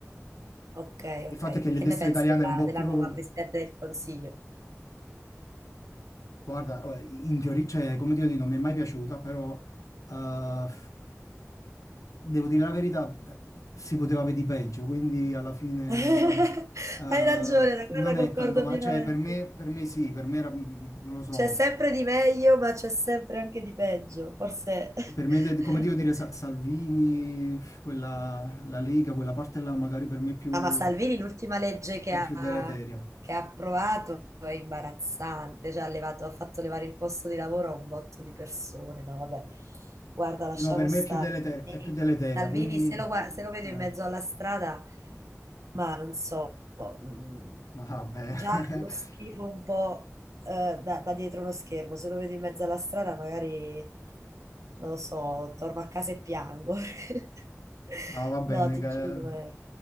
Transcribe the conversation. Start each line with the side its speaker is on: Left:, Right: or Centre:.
Right: Ok,
Left: Il
Right: ok.
Left: fatto è che la
Right: Che
Left: destra
Right: ne pensi
Left: italiana
Right: della,
Left: è un po'
Right: della
Left: più...
Right: nuova Presidente del Consiglio?
Left: Guarda, eh, in teoria, cioè, come dire, non mi è mai piaciuta, però eh, devo dire la verità, si poteva vedere peggio, quindi alla fine
Right: <laughs>
Left: eh,
Right: Hai ragione, la guerra
Left: non è
Right: concordo
Left: tanto male.
Right: pienamente.
Left: Cioè, per me, per me sì, per me era, mm, non lo so,
Right: C'è sempre di meglio, ma c'è sempre anche di peggio, forse.
Left: per me, de- come
Right: <laughs>
Left: devo dire, Sa- Salvini, quella, la Lega, quella parte là magari per me è più,
Right: Ah, ma Salvini l'ultima legge che
Left: è
Right: ha,
Left: più deleteria.
Right: che ha approvato è imbarazzante, cioè ha levato- ha fatto levare il posto di lavoro a un botto di persone. No, vabbè, guarda, lasciamo
Left: No, per me
Right: stare.
Left: è più deleteria,
Right: Salvini,
Left: è più deleteria,
Right: Salvini,
Left: quindi...
Right: se lo, gua- se lo vedo
Left: eh.
Right: in mezzo alla strada, ma non so, mm,
Left: No, vabbè,
Right: già lo
Left: <laughs>
Right: schifo un po' eh, da, da dietro uno schermo, se lo vedo in mezzo alla strada magari non lo so, torno a casa e piango. <laughs>
Left: no, va bene.
Right: No, ti
Left: che-
Right: giuro. eh.